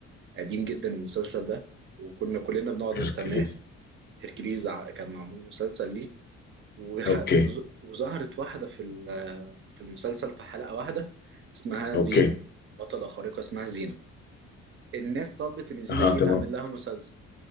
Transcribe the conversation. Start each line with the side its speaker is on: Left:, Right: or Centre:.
Right: قديم جدا المسلسل ده وكنا كلنا بنقعد
Left: هيركليز
Right: نستناه هيركليز ع- كان معمول مسلسل ليه وح-
Left: اوكي
Right: وز- وظهرت واحدة في ال- في المسلسل في حلقة واحدة اسمها
Left: اوكي
Right: زينة بطلة خارقة اسمها زينة الناس طلبت ان زينة
Left: اها
Right: دي
Left: تمام
Right: تعمل لها مسلسل